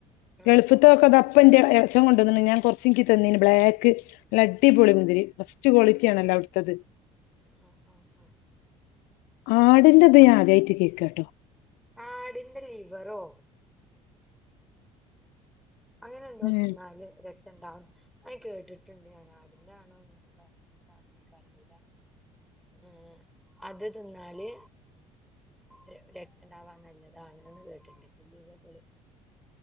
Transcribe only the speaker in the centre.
ആഹ്
ആഹ് ആഹ്
ആഹ് ആഹ് ആഹ്.
ആടിന്റെ ലിവറോ അങ്ങനെന്തോ
തിന്നാല്
രക്തം ഇണ്ടാവും അങ്ങനെ കേട്ട്ട്ട്ണ്ട് ഞാന് ആടിന്റെ ആണോ എന്താ എന്താണ് എനിക്കറിയൂലാ ഏഹ് അത് തിന്നാല് ര രക്തണ്ടാവാൻ നല്ലതാണ്ന്ന് കേട്ടിട്ട്ണ്ട് ലിവറ്കള്